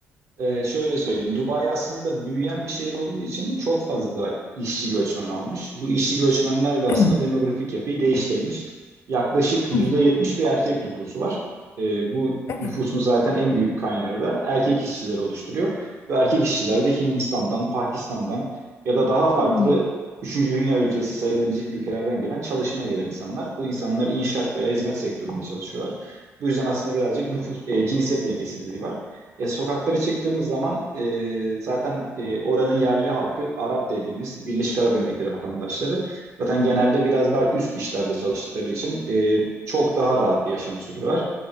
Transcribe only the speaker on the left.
Evet,
evet,
evet.
Hmm.